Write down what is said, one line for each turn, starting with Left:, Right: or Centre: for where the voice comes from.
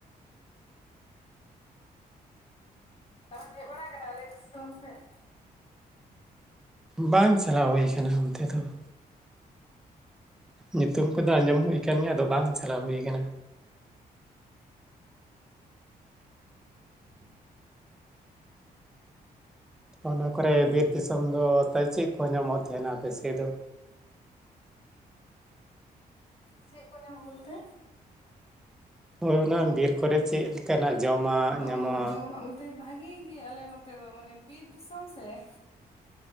Left: ᱛᱚᱵᱮᱢ ᱦᱮᱡ ᱵᱟᱲᱟ ᱟᱠᱟᱱᱟ ᱟᱞᱮ ᱫᱤᱥᱚᱢ ᱥᱮᱫ?
Centre: ᱵᱟᱝ ᱪᱟᱞᱟᱣ ᱦᱩᱭ ᱟᱠᱟᱱᱟ ᱚᱱᱛᱮ ᱫᱚ ᱾ ᱧᱩᱛᱩᱢ ᱠᱚᱫᱚ ᱟᱸᱡᱚᱢ ᱦᱩᱭ ᱟᱠᱟᱱ ᱜᱮᱭᱟ, ᱟᱫᱚ ᱵᱟᱝ ᱪᱟᱞᱟᱣ ᱦᱩᱭ ᱟᱠᱟᱱᱟ᱾
Left: <inaudible>
Centre: ᱚᱱᱟ ᱠᱚᱨᱮ ᱵᱤᱨ ᱫᱤᱥᱚᱢ ᱫᱚ ᱛᱚ ᱪᱮᱫ ᱠᱚ ᱧᱟᱢᱚᱜ ᱛᱟᱦᱮᱱᱟ ᱵᱮᱥᱤ ᱫᱚ?
Left: ᱪᱮᱫ ᱠᱚ ᱧᱟᱢᱚᱜ-ᱟ ᱵᱚᱞᱛᱮ
Centre: ᱦᱳᱭ ᱚᱱᱟ ᱵᱤᱨ ᱠᱚᱨᱮ ᱪᱮᱫ ᱞᱮᱠᱟᱱᱟᱜ ᱡᱚᱢᱟᱜ
Left: ᱚ
Centre: ᱧᱟᱢᱚᱜ-ᱟ
Left: ᱡᱚᱢᱟᱜ ᱵᱚᱞᱛᱮ ᱵᱷᱟᱜᱤ ᱜᱮ ᱟᱞᱮ ᱱᱚᱛᱮ ᱫᱚ ᱢᱟᱱᱮ ᱵᱤᱨ ᱫᱤᱥᱚᱢ ᱥᱮ